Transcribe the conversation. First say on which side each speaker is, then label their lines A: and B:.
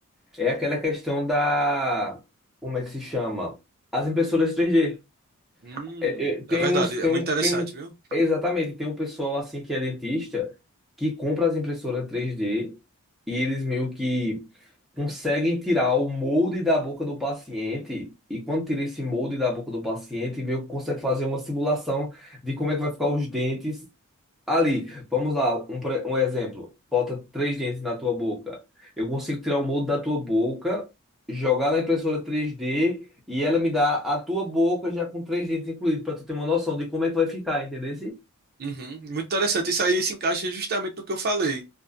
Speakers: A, in the centre; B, on the right.
A: É aquela questão da. Como é que se chama? As impressoras 3D.
B: Hum,
A: É, é, tem
B: é verdade,
A: uns, tem
B: é muito
A: um,
B: interessante,
A: tem um,
B: viu?
A: exatamente, tem um pessoal assim que é dentista que compra as impressoras 3D e eles meio que conseguem tirar o molde da boca do paciente e quando tira esse molde da boca do paciente, meio que consegue fazer uma simulação de como é que vai ficar os dentes Ali, vamos lá, um, pre- um exemplo. Falta três dentes na tua boca. Eu consigo tirar o molde da tua boca, jogar na impressora 3D e ela me dá a tua boca já com três dentes incluídos, para tu ter uma noção de como é que vai ficar, entendeu?
B: Uhum, muito interessante. Isso aí se encaixa justamente no que eu falei,